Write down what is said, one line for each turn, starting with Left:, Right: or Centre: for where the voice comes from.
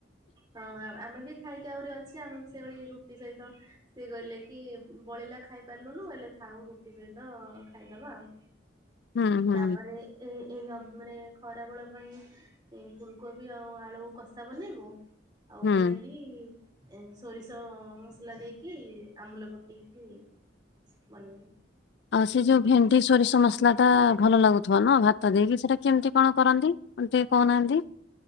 Right: ହଁ ଆମ ଆମେ ବି ଖାଇକି ଆହୁରି ଅଛି, ଆମେ ବି ସେଇଭଳି ରୁଟି ସହିତ ସେ କହିଲେ କି ବଳିଲା ଖାଇପାରିଲୁନୁ ହେଲେ ଥାଉ ରୁଟି ସହିତ ଖାଇ ଦବା ଆଉ।
Left: ହୁଁ ହୁଁ
Right: ତାପରେ ଏ ଏଇ ଅବ ମାନେ ଖରା ବେଳ ପାଇଁ ଏ ଫୁଲକୋବି ଆଉ ଆଳୁ କଷା ବନେଇବୁ ଆଉ
Left: ହୁଁ।
Right: ଭେଣ୍ଡି ଏ ସୋରିଷ ମସଲା ଦେଇକି ଆମ୍ବୁଲ ପକେଇକି ବନେଇବୁ।
Left: ଆଉ ସେ ଯୋଉ ଭେଣ୍ଡି ସୋରିଷ ମସଲା ଟା ଭଲ ଲାଗୁଥିବ ନା ଭାତ ଦେଇକି ସେଇଟା କେମତି କ'ଣ କରନ୍ତି? ମତେ ଟିକେ କହୁନାହାନ୍ତି?